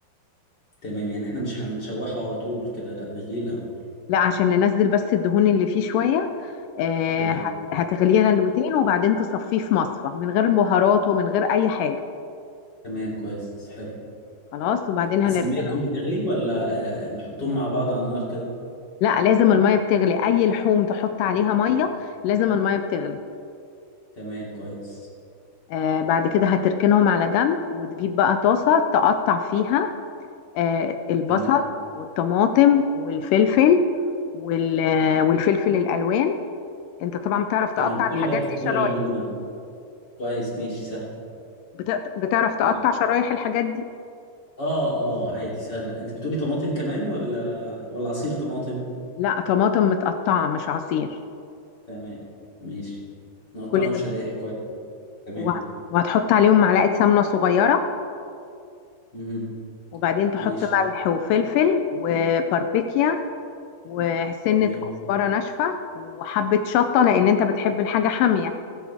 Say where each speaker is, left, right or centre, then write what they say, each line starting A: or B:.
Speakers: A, on the left (about 30°); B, on the left (about 80°).
A: تمام يعني احنا مش هنشوحه على طول كده لا نغليه الاول
B: لا عشان ننزل بس الدهون اللي فيه شويه آه،
A: اوكي
B: هت- هتغليه غلوتين
A: <clears throat>
B: وبعدين تصفيه في مصفى من غير بهارات ومن غير اي حاجه
A: تمام كويس حلو
B: خلاص وبعدين
A: بس
B: هنركنه
A: المية تكون بتغلي ولا آه، نحطهم مع بعض على النار كده
B: لا لازم الميه بتغلي اي لحوم تحط عليها ميه
A: تمام
B: لازم الميه بتغلي
A: تمام، كويس
B: آه بعد كده هتركنهم على جنب وتجيب بقى طاسه تقطع فيها آه، البصل
A: تمام
B: والطماطم والفلفل وال- آه، والفلفل الالوان انت طبعا بتعرف تقطع
A: تمام كل
B: الحاجات
A: بقى الخضار
B: دي شرايح
A: اللي موجودة كويس ماشي سهل
B: بت- بتعرف تقطع
A: تمام.
B: شرايح الحاجات دي
A: اه اه عادي سهلة انت بتقولي طماطم كمان ولا ولا عصير طماطم
B: لا طماطم متقطعه مش عصير
A: تمام ماشي نقطعهم
B: كل
A: شرايح
B: ده
A: كويس تمام
B: وه- وهتحط عليهم معلقه سمنه صغيره
A: مهم.
B: وبعدين تحط
A: ماشي
B: ملح وفلفل وباربيكيا وسنه
A: تمام
B: كزبره ناشفه وحبه شطه لان انت بتحب الحاجه حاميه